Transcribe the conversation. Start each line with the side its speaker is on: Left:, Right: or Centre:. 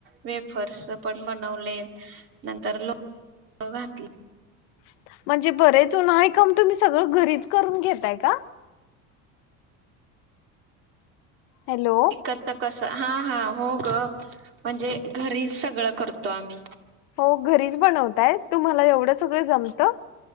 Right: वेफर्स पण बनवलेत, नंतर लोणचं घातलं.
Left: <inaudible> म्हणजे बरेच जण आहे काम तुम्ही सगळं घरीच करून घेताय का? हॅलो
Right: तिखटचं कस हा हा. हो गं, म्हणजे घरीच सगळं करतो आम्ही.
Left: हो घरीच बनवताय, तुम्हाला एवढं सगळं जमतं?